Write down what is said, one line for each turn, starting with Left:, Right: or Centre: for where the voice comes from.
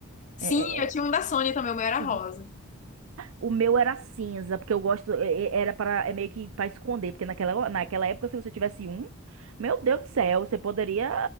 Left: Sim,
Right: É,
Left: eu
Right: é,
Left: tinha
Right: é,
Left: um da Sônia também, o meu era
Right: sim.
Left: rosa.
Right: O meu era cinza, porque eu gosto, é- é- era para é meio que para esconder, porque naquela, naquela época se você tivesse um, meu Deus do céu, você poderia